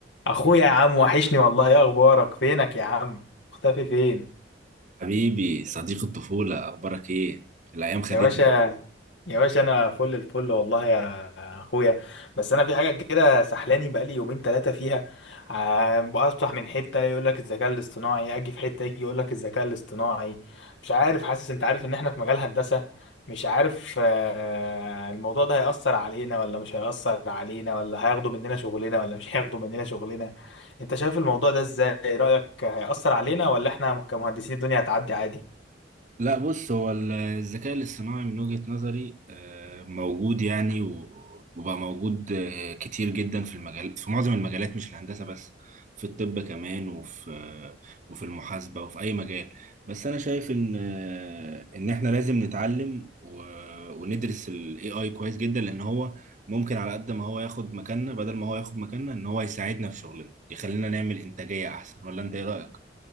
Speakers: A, on the left; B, on the right.
A: اخويا يا عم وحشني والله ايه اخبارك فينك يا عم مختفي فين
B: حبيبي صديق الطفولة أخبارك إيه؟ الأيام خدتنا
A: يا باشا يا باشا انا فل الفل والله يا اخويا بس انا في حاجه كده سحلاني بقالي يومين ثلاثه فيها ع- افتح من حته يقول لك الذكاء الاصطناعي اجي في حته يجي يقول لك الذكاء الاصطناعي مش عارف حاسس انت عارف ان احنا في مجال هندسه مش عارف آه، الموضوع ده هيأثر علينا ولا مش هيأثر علينا ولا هياخدوا مننا شغلنا ولا مش هياخدوا مننا شغلنا انت شايف الموضوع ده ازاي رأيك هيأثر علينا ولا احنا كمهندسين الدنيا هتعدي عادي
B: لا بص هو ال- الذكاء الاصطناعي من وجهة نظري آه، موجود يعني و- وبقى موجود آه، كتير جدا في المجال في معظم المجالات مش الهندسة بس في الطب كمان وفي آه، وفي المحاسبة وفي أي مجال بس أنا شايف إن آه، إن إحنا لازم نتعلم و- وندرس ال AI كويس جدا لأن هو ممكن على قد ما هو ياخد مكاننا بدل ما هو ياخد مكاننا إن هو يساعدنا في شغلنا يخلينا نعمل إنتاجية أحسن ولا أنت إيه رأيك؟